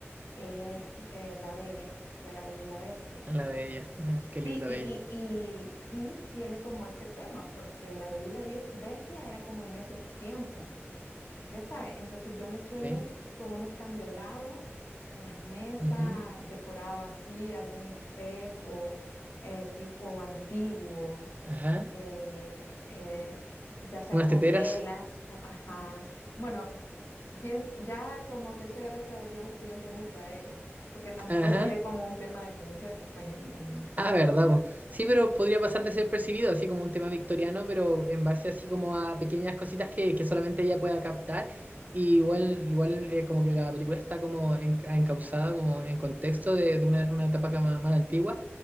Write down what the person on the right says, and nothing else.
A La bella. <laughs> Qué
linda
bella.
Sí.
Ujú.
Ajá.
Unas
teteras.
Ajá.
Ah, verdad, po. Sí, pero podría pasar de ser percibido, así como un tema victoriano, pero en base así como a pequeñas cositas que, que solamente ella pueda captar. Y igual, igual eh, como que la película está como enca- encauzada, como en contexto de, de una, una etapa ca- más, más antigua.